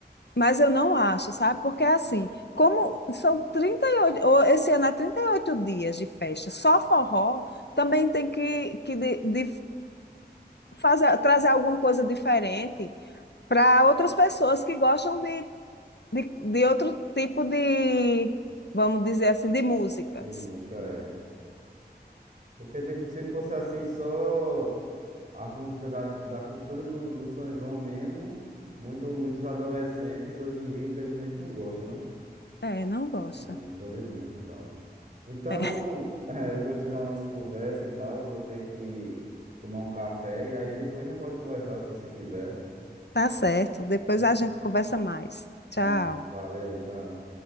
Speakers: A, on the left; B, on the right.
A: mas eu não acho, sabe? Porque é assim, como são 38 ou esse ano é 38 dias de festa, só forró, também tem que, que de- de fazer, trazer alguma coisa diferente para outras pessoas que gostam de, de, de outro tipo de, vamos dizer assim, de músicas.
B: De música, é. Porque, tipo, se fosse assim, só as músicas da, da cultura do, do São João mesmo, muito, muitos adolescentes hoje em dia, infelizmente, não gostam, né?
A: É, não gosta.
B: Não, infelizmente e tal. Então,
A: É,
B: <laughs> eh, eu gostei da nossa conversa e tal. Eu vou ter que tomar um café e aí depois já pode conversar se você quiser.
A: tá certo. Depois
B: viu?
A: a gente conversa mais. Tchau.
B: Pronto, valeu, tchau.